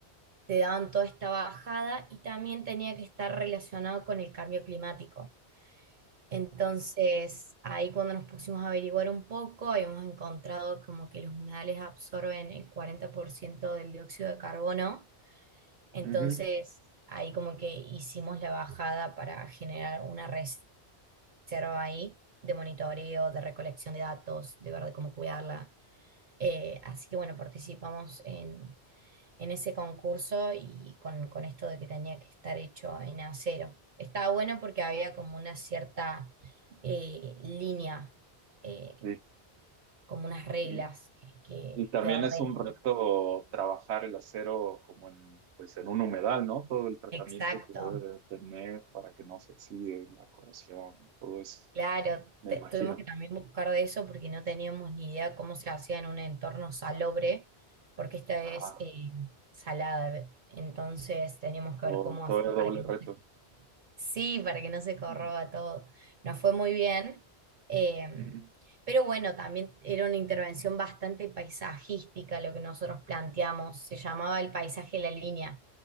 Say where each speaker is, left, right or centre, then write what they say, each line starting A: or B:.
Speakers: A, on the right (about 55°); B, on the right (about 85°).
A: te daban toda esta bajada y también tenía que estar relacionado con el cambio climático. Entonces, ahí cuando nos pusimos a averiguar un poco, habíamos encontrado como que los humedales absorben el 40% del dióxido de carbono. Entonces,
B: Ujú,
A: ahí como que hicimos la bajada para generar una reserva hicieron ahí de monitoreo, de recolección de datos, de ver de cómo cuidarla. Eh, así que bueno, participamos en, en ese concurso y con, con esto de que tenía que estar hecho en acero. Estaba bueno porque había como una cierta eh, línea, eh,
B: sí.
A: como unas reglas
B: Y,
A: que, que
B: y también
A: te ordenan.
B: es un reto trabajar el acero como en, pues en un humedal, ¿no? Todo el tratamiento
A: Exacto.
B: que debe tener para que no se oxide la corrosión, todo eso,
A: Claro,
B: me
A: te-
B: imagino.
A: tuvimos que también buscar de eso porque no teníamos ni idea cómo se hacía en un entorno salobre, porque esta
B: Ajá.
A: es eh, salada. Entonces teníamos que
B: Wow,
A: ver cómo
B: todavía
A: hacer
B: doble
A: para que
B: reto.
A: no se Sí, para que no se corroba
B: Ujú,
A: todo. Nos fue muy bien. eh,
B: ujú,
A: pero bueno, también era una intervención bastante paisajística lo que nosotros planteamos. Se llamaba el paisaje de la línea.